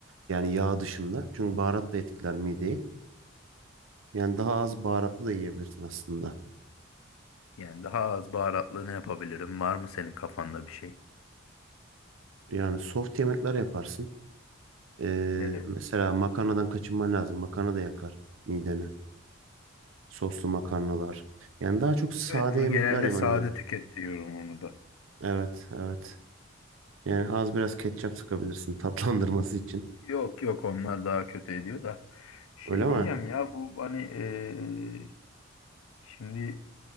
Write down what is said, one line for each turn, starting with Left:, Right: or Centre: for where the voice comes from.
Right: Yani yağ dışında. Çünkü baharat da etkiler mideyi. Yani daha az baharatlı da yiyebilirsin aslında.
Left: Yani daha az baharatlı ne yapabilirim? Var mı senin kafanda bir şey?
Right: Yani soft yemekler yaparsın. Ee,
Left: Nedir?
Right: mesela makarnadan kaçınman lazım. Makarna da yakar mideni. Soslu makarnalar. Yani daha çok sade
Left: Evet, no,
Right: yemekler
Left: genelde
Right: yemen
Left: sade
Right: lazım.
Left: tüket diyorum onu da.
Right: Evet, evet. Yani az biraz ketçap sıkabilirsin <laughs> tatlandırması için.
Left: Yok yok onlar daha kötü ediyor da. Şey
Right: Öyle mi?
Left: diyeceğim ya bu hani eee, şimdi